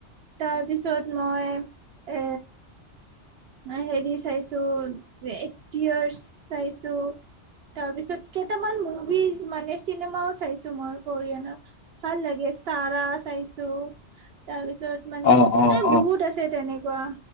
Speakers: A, on the right; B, on the left.
A: তাৰ পিছত মই এ অ' হেৰি চাইছো <unintelligible> চাইছো। তাৰ পিছত কেইটামান মুভি মানে চিনেমাও চাইছো, মই কৰিয়ানত ভাল লাগি। চাৰা চাইছোঁ, তাৰপিছত মানে
B: অ', অ',
A: এ
B: অ',
A: বহুত আছে তেনেক কুৱা,